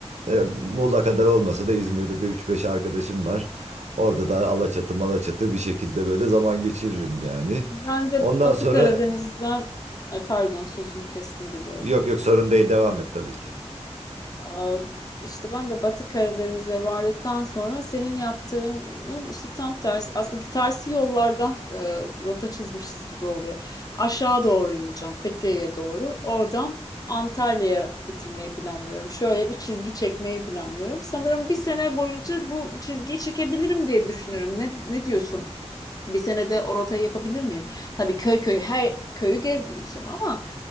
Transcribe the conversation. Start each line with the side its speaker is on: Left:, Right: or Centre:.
Right: E, Muğla kadar olmasa da İzmir'de de üç beş arkadaşım var. Orada da Alaçatı
Left: evet.
Right: Malaçatı bir şekilde böyle zaman geçiririm yani.
Left: Ben de
Right: Ondan
Left: Batı
Right: sonra
Left: Karadeniz'den, ay pardon sözünü kestim gibi oldu.
Right: yok yok sorun değil devam et tabii ki.
Left: Aa, işte ben de Batı Karadeniz'e vardıktan sonra senin yaptığının işte tam tersi. Aslında bir tersi yollardan e, rota çizmişiz gibi oluyor. Aşağı doğru ineceğim, Fethiye'ye doğru. Oradan Antalya'ya bitirmeyi planlıyorum. Şöyle bir çizgi çekmeyi planlıyorum. Sanırım bir sene boyunca bu çizgiyi çekebilirim diye düşünüyorum. Ne, ne diyorsun? Bir senede o rotayı yapabilir miyim? Tabii köy köy her köyü gezmeyeceğim ama